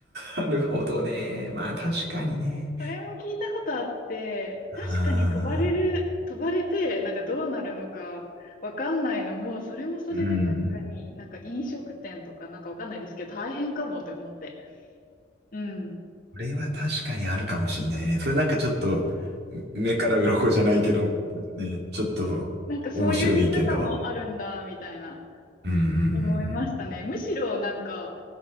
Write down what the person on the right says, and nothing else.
なるほどね。まあ確かにね。
ああ、
うん。
これは確かにあるかもしんないね。それなんかちょっと、め目から鱗じゃないけど、ね、ちょっと面白い意見だわ。
うんう
ん